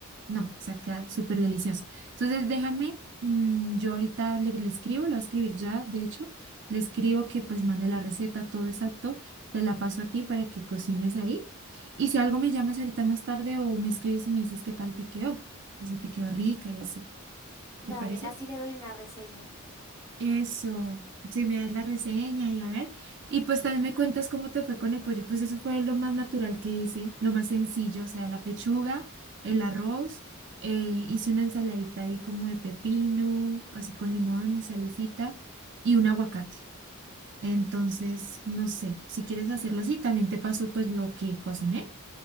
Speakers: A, on the right (about 55°); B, on the left (about 15°).
A: No, o sea, queda súper deliciosa. Entonces déjame, mm, yo ahorita le, le escribo, la voy a escribir ya, de hecho, le escribo que pues mande la receta, todo exacto, te la paso a ti para que cocines ahí. Y si algo me llamas ahorita más tarde o me escribes y me dices qué tal te quedó, o si te quedó rica y así,
B: Dale,
A: ¿te parece?
B: así le doy una reseña.
A: Eso, si me das la reseña y a ver. Y pues también me cuentas cómo te fue con el pollo, pues eso fue lo más natural que hice, lo más sencillo, o sea, la pechuga, el arroz, eh, hice una ensaladita ahí como de pepino, así con limón, salicita y un aguacate. Entonces, no sé, si quieres hacerlo así, también te paso pues lo que cociné